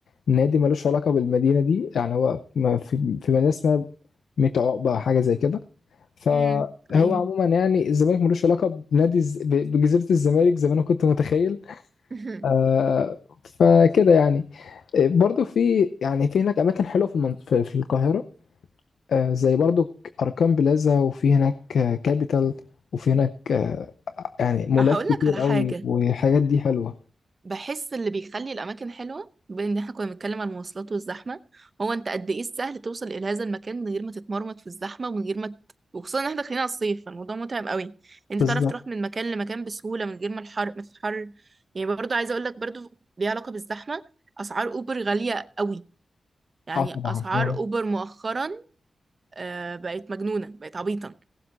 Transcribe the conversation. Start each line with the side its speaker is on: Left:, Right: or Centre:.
Left: نادي ملوش علاقه بالمدينه دي يعني هو ما في في مدينه اسمها ميت عقبه حاجه زي كده فهو
Right: امم ايوه
Left: عموما يعني الزمالك ملوش علاقه بنادي الز- ب- بجزيره الزمالك زي ما انا كنت متخيل
Right: <laughs>
Left: آه فكده يعني آه، برضو في يعني في هناك اماكن حلوه في المن... في في القاهره آه زي برضو ك- اركان بلازا وفي هناك آه كابيتال وفي هناك آه يعني مولات
Right: هقول
Left: كتير
Right: لك على
Left: قوي
Right: حاجة
Left: والحاجات دي حلوه
Right: بحس اللي بيخلي الأماكن حلوة بما إن إحنا كنا بنتكلم عن المواصلات والزحمة هو أنت قد إيه السهل توصل إلى هذا المكان من غير ما تتمرمط في الزحمة ومن غير ما ت... وخصوصا إن إحنا داخلين على الصيف فالموضوع متعب قوي أنت
Left: بالظبط
Right: تعرف تروح من مكان لمكان بسهولة من غير ما الحر ما تتحر يعني برضه عايزة أقول لك برضه ليها علاقة بالزحمة أسعار أوبر غالية قوي يعني
Left: اه طبعا
Right: أسعار
Left: يعني
Right: أوبر مؤخرا آه، بقت مجنونة بقت عبيطة